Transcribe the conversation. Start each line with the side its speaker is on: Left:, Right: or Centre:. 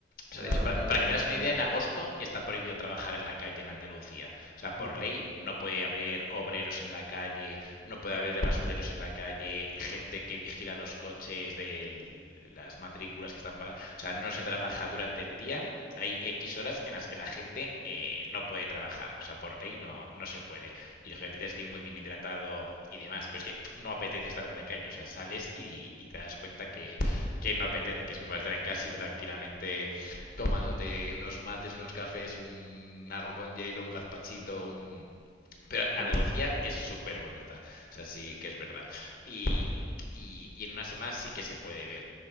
Right: claro,
Left: O sea, de hecho, para,
Right: claro,
Left: para
Right: claro,
Left: que tengas
Right: es
Left: una
Right: un
Left: idea,
Right: montón.
Left: en agosto está prohibido trabajar en la calle en Andalucía. O sea, por
Right: Mm,
Left: ley no puede haber obreros en la calle, no puede haber basureros en la calle, gente que vigila los coches de las matrículas que están pagadas. O sea, no se trabaja durante el día. Hay X horas en las que la gente eh, no puede trabajar. O sea, por ley no, no se puede. Y lógicamente tienes que ir muy bien hidratado y demás. Pero es que no apetece estar en la calle. O sea, sales y, y te das cuenta que, que no apetece, que es mejor estar en casita tranquilamente tomándote unos mates, unos cafés, un, algo con hielo, un gazpachito, un... Pero Andalucía
Right: mm.
Left: es súper bonita. O sea, sí que es verdad. Y, y, y en una semana sí que se puede ver.